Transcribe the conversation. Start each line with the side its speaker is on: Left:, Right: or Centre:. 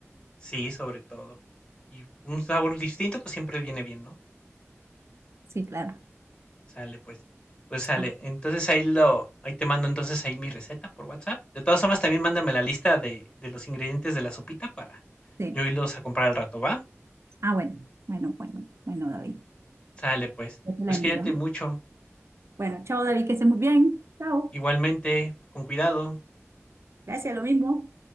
Left: Sí, sobre todo. Y un sabor distinto, pues, siempre viene bien, ¿no?
Right: Sí, claro.
Left: Sale, pues. Pues sale.
Right: Ah,
Left: Entonces, ahí lo ahí te mando, entonces, ahí mi receta por WhatsApp. De todas formas, también mándame la lista de de los ingredientes de la sopita para
Right: sí.
Left: yo irlos a comprar al rato, ¿va?
Right: Ah, bueno, bueno, bueno, bueno, David.
Left: Sale, pues.
Right: Yo te
Left: Pues
Right: la envío,
Left: cuídate
Right: ¿eh?
Left: mucho.
Right: Bueno, chao, David, que estés muy bien. Chao.
Left: Igualmente, con cuidado.
Right: Gracias, lo mismo.